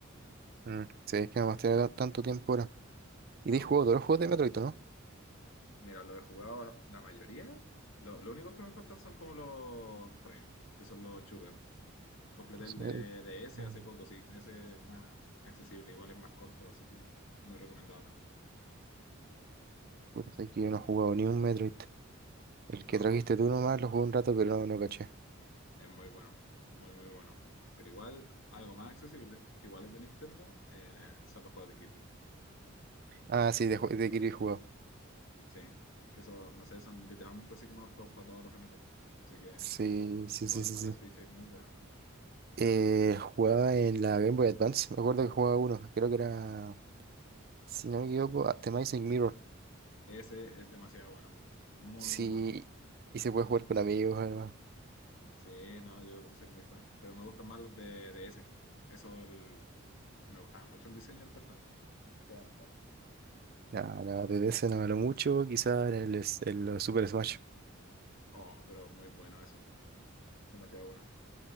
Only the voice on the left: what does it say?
No,
Mira, lo he jugado la mayoría. Lo, lo único que me faltan son como los Prime, que son los shooters. Completé
el de,
de ese
hace poco, sí. Ese es más accesible, igual es más corto, así que muy recomendado también.
No,
son,
es muy bueno, muy, muy bueno. Pero igual, algo más accesible, que igual es de Nintendo, eh, son los juegos de Kirby.
Sí, que son, no sé, son literalmente así como aptos para toda la familia. Así que
igual
para
la Switch es muy bueno.
Ese es demasiado bueno. Muy,
muy bueno.
Sí, no, yo soy muy fan, pero me gustan más los de, de ese. Eso, el- me gustaba mucho el diseño del personaje. Sería mejor.
Oh, pero muy bueno eso, demasiado bueno.